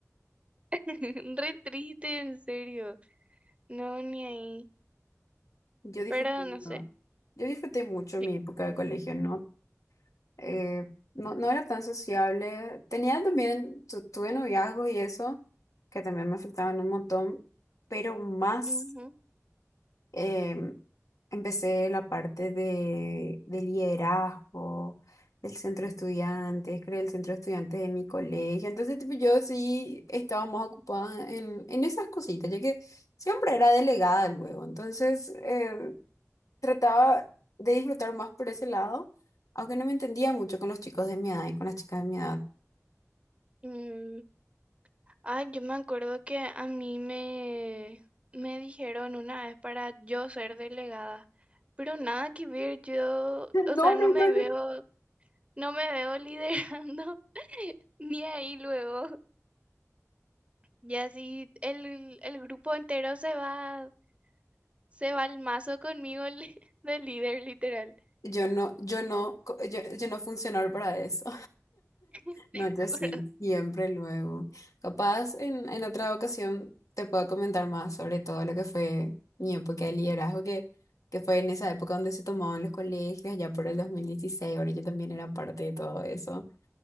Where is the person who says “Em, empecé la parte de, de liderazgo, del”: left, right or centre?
Left